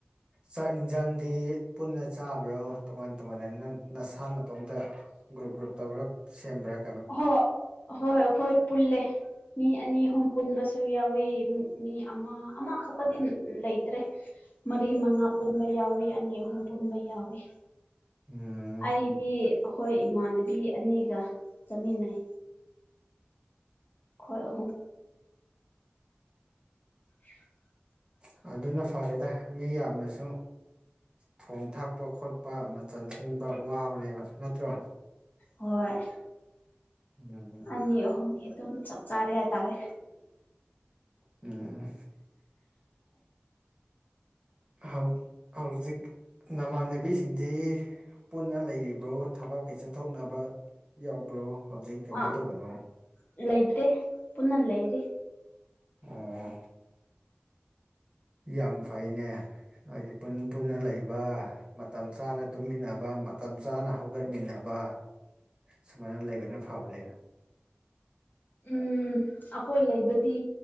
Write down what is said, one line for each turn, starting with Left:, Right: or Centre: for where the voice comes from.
Right: ꯆꯥꯛ ꯌꯦꯟꯁꯥꯡꯗꯤ ꯄꯨꯟꯅ ꯆꯥꯕ꯭ꯔꯣ ꯇꯣꯉꯥꯟ ꯇꯣꯉꯥꯟ ꯑꯣꯣꯟꯅ ꯅꯁꯥ ꯅ ꯃꯇꯣꯝꯇ ꯒ꯭ꯔꯨꯞ ꯒ꯭ꯔꯨꯞ ꯇꯧꯒ꯭ꯔ ꯁꯦꯝꯕ꯭ꯔꯒ
Left: ꯍꯣ ꯍꯣꯏ ꯑꯩꯈꯣꯏ ꯄꯨꯜꯂꯦ ꯃꯤ ꯑꯅꯤ ꯑꯍꯨꯝ ꯄꯨꯟꯕꯁꯨ ꯌꯥꯎꯋꯤ ꯃꯤ ꯑꯃ ꯑꯃꯈꯛꯄꯗꯤ ꯂꯩꯇ꯭ꯔꯦ ꯃꯔꯤ ꯃꯉꯥ ꯄꯨꯟꯕ ꯌꯥꯎꯋ ꯑꯅꯤ ꯑꯍꯨꯝ ꯄꯨꯟꯕ ꯌꯥꯎꯏꯤ
Right: ꯎꯝ
Left: ꯑꯩꯗꯤ ꯑꯩꯈꯣꯏ ꯏꯃꯥꯟꯅꯕꯤ ꯑꯅꯤꯒ ꯆꯥꯃꯤꯟꯅꯩ ꯈꯣꯏꯍꯨꯝ <inaudible>
Right: ꯑꯗꯨꯅ ꯐꯔꯦꯗ ꯃꯤ ꯌꯥꯝꯅꯁꯨ ꯊꯣꯡ ꯊꯥꯛꯄ ꯈꯣꯠꯄ ꯃꯆ ꯁꯦꯝꯕ ꯋꯥꯕꯅꯦꯕ ꯅꯠꯇ꯭ꯔꯣ
Left: ꯍꯣꯏ
Right: ꯎꯝ
Left: ꯑꯅꯤ ꯑꯣꯍ ꯑꯗꯨ ꯆ ꯆꯥꯔꯦ ꯍꯥꯏ ꯇꯥꯔꯦ
Right: ꯎꯝ ꯍꯜ ꯍꯜꯖꯤꯛ ꯅꯃꯥꯟꯅꯕꯤꯁꯤꯡꯗꯤ ꯄꯨꯟꯅ ꯂꯩꯔꯤꯕ꯭ꯔꯣ ꯊꯕꯛ ꯀꯩ ꯆꯠꯊꯣꯛꯅꯕ ꯌꯥꯎꯕ꯭ꯔꯣ ꯍꯧꯖꯤ ꯀ
Left: ꯑ
Right: ꯃ ꯇ ꯂꯣ
Left: ꯂꯩꯇꯦ ꯄꯨꯟꯅ ꯂꯩꯦꯔꯤ
Right: ꯑꯣ ꯌꯥꯝ ꯐꯩꯅꯦ ꯍꯥꯏꯣꯏꯗꯤ ꯄꯨꯟ ꯄꯨꯟꯅ ꯂꯩꯕ ꯃꯇꯝ ꯆꯥꯅ ꯇꯨꯝꯃꯤꯟꯅꯕ ꯃꯇꯝ ꯆꯥꯅ ꯍꯧꯒꯠꯃꯤꯟꯅꯕ ꯁꯨꯃꯥꯏꯅ ꯂꯩꯕꯅ ꯐꯕꯅꯤꯅ
Left: ꯎꯝ ꯑꯩꯈꯣꯏ ꯂꯩꯕꯗꯤ